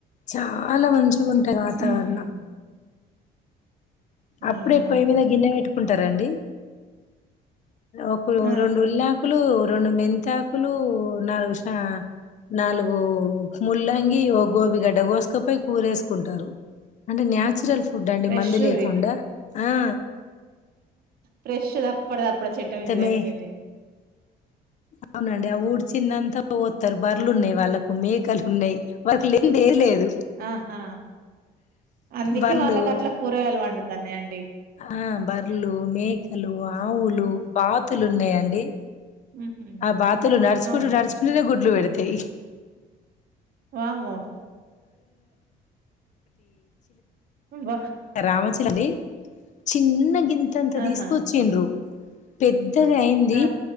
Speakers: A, on the left (about 45°); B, on the right (about 60°).
A: చాలా మంచి మంచిగుంటది వాతావరణం
B: హుహు.
A: అప్పుడే
B: అవునా?
A: పోయి మీద గిన్నె పేటు పెట్టు కుంటారండి ఒక లో
B: ఆ!
A: రెండు ఉల్లాకులు వోట్ రెండు మెంతాకులు నాలుగు శ నాలుగు ముల్లంగి ఓ గోబిగడ్డ గోస్కపై కూరేసుకుంటారు అంటే న్యాచురల్ ఫ్యూడ్ ఫుడ్డండి
B: ఫ్రెష్‌ది.
A: మందు లేకుండా ఆ
B: ఫ్రెష్ది అప్పడిదప్పుడు అప్పుడు చెట్టం ఇంట
A: తమే
B: తెంపింది
A: అవునండి ఆ ఊడిచిందంతా పోస్తారు బర్రేలు ఉన్నాయి వాళ్ళలకు మేకలు ఉన్నాయి వాళ్కు లేేనిది ఏమి లేదు
B: ఆహా అందుకే
A: బర్లు
B: వాళ్ళకు అట్ల కూరగాయలు పండుతన్నాయండి
A: ఆ బర్లు మేకలు ఆవులు బాతులు ఉన్నాయండి
B: హుహు.
A: ఆ బాతులు నర్చుకు
B: అవునా?
A: నర్చుకుంటనే గుడ్లు పెడుత పెడతాయి
B: వామ్మో బా
A: రామచిలకండి చిన్నగింత అంతంత
B: ఆహా!
A: తీసుకొచ్చిండ్రు పెద్ధ పెద్దగయింది
B: ఆ!